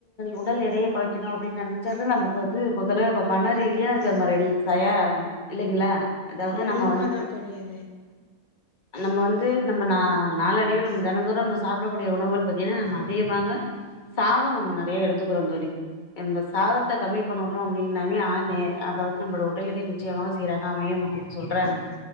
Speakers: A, on the left; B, on the left.
A: உடல் எடைய குறைக்கணும் அப்படின்னு நெனைச்சாலும் நமக்கு வந்து மொதல மன ரீதியான அதுக்கு ரெடி தயாராகணும் இல்லைங்களா அதாவது
B: ஹ்
A: நம்ம
B: உண்மைதா
A: வந்து
B: தோழி அது
A: நம்ம வந்து நம்ம நாளடிவே நம்ம தின தூரம் நம்ம சாப்புட க்கூடிய உணவுகள் பாத்தீங்கன்னா நம்ம அதிகமாக சாதோ நம்ம நெறைய எடுத்துக்கிறோ தோழி இந்த சாதத்த கம்மி பண்றோ அப்படின்னாவே ஆ நெ அதாவது நம்மளோட உடல் எடை நிச்சயமாக சீராக அமையும் அப்டின்னு சொல்றாங்க